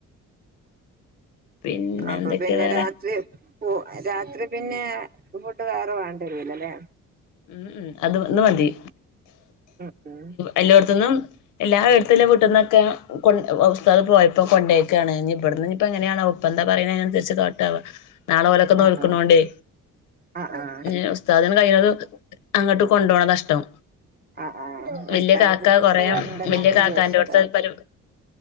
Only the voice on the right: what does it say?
അപ്പം
പിന്നെ
രാത്രി പോ രാത്രി പിന്നെ ഫുഡ് വേറെ വേണ്ടവെരൂലാലെ
ഉം ഉം
ആഹ് ആഹ് ആഹ്
ആഹ് ആഹ് ആഹ്
ഉസ്താദിന്
പിന്നെ ഇങ്ങട്ട്
വരണ്ടല്ലോന്ന്
വിചാരിച്ചിട്ടാവും